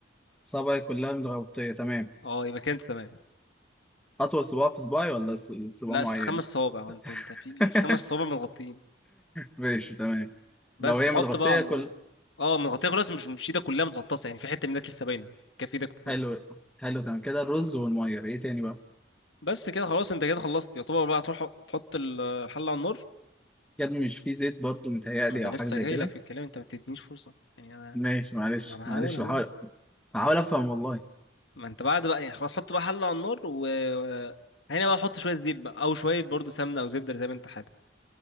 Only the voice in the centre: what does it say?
صبعي كلها متغطية تمام
أطول صباع في صباعي ولا ص- صباع
معين؟
<laughs>
ماشي تمام
لو هي
متغطية
كل
حلو حلو تمام كده الرز والمية إيه تاني بقى؟
كده مش فيه زيت برضو متهيألي
أو
حاجة زي
كده
ماشي معلش
معلش
بحاول بحاول أفهم والله